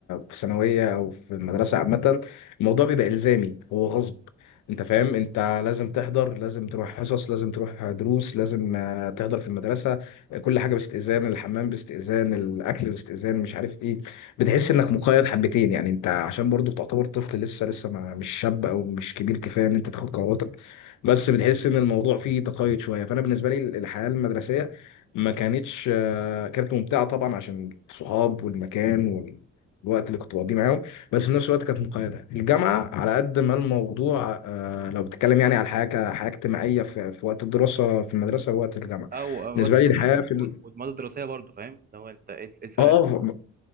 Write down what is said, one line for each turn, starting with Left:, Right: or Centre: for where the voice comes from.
Left: في ثانويه او في المدرسه عامه الموضوع بيبقى الزامي هو غصب انت فاهم انت لازم تحضر لازم تروح حصص لازم تروح دروس لازم آه، تحضر في المدرسه كل حاجه باستئذان الحمام باستئذان الاكل باستئذان مش عارف ايه بتحس انك مقيد حبتين يعني انت عشان برضو تعتبر طفل لسه لسه ما مش شاب او مش كبير كفايه ان انت تاخد قراراتك بس بتحس ان الموضوع فيه تقيد شويه فانا بالنسبه لي الحياه المدرسيه ما كانتش كانت ممتعه طبعا عشان الصحاب والمكان والوقت اللي كنت بقضيه معاهم بس في نفس الوقت كانت مقيده الجامعه على قد ما الموضوع آه، لو بتتكلم يعني على الحياه كحياه اجتماعيه في, في وقت الدراسه في المدرسه ووقت الجامعه
Right: او أو
Left: بالنسبه
Right: الدراسه
Left: لي الحياه
Right: وال-
Left: في ال...
Right: وال- والمواد الدراسيه برضه فاهم اللي هو انت ايه إيه الفرق
Left: اه آه، ف-